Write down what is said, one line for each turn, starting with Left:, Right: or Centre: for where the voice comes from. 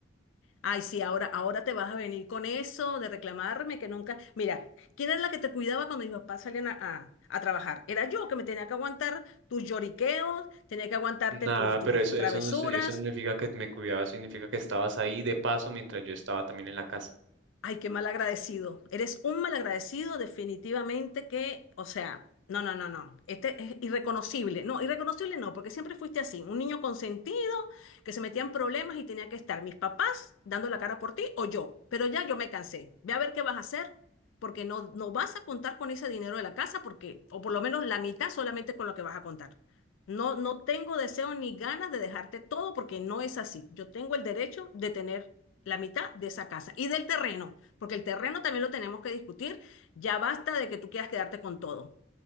Left: Ay, sí, ahora, ahora te vas a venir con eso de reclamarme que nunca. Mira, ¿quién era la que te cuidaba cuando mis papás salían a, a- a trabajar? Era yo que me tenía que aguantar tus lloriqueos, tenía que aguantarte
Right: Nada,
Left: tus,
Right: pero
Left: tus
Right: eso,
Left: travesuras,
Right: eso no, es- eso no significa que me cuidabas significa que estabas ahí de paso mientras yo estaba también en la casa.
Left: Ay, qué mal agradecido. Eres un mal agradecido, definitivamente que, o sea, no, no, no, no. Este es irreconocible. No, irreconocible no, porque siempre fuiste así, un niño consentido que se metía en problemas y tenía que estar mis papás dando la cara por ti o yo. Pero ya yo me cansé. Ve a ver qué vas a hacer, porque no, no vas a contar con ese dinero de la casa, porque, o por lo menos la mitad solamente con lo que vas a contar. No, no tengo deseo ni ganas de dejarte todo porque no es así. Yo tengo el derecho de tener la mitad de esa casa y del terreno, porque el terreno también lo tenemos que discutir. Ya basta de que tú quieras quedarte con todo.